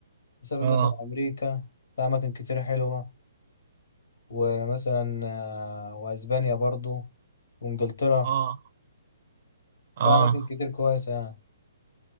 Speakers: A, on the left (about 65°); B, on the right (about 40°).
A: أسافر
B: اه
A: مثلا أمريكا في أماكن كتير حلوة ومثلا آه، واسبانيا برضو وانجلترا
B: اه
A: في
B: اه
A: اماكن كتير كويسه يعني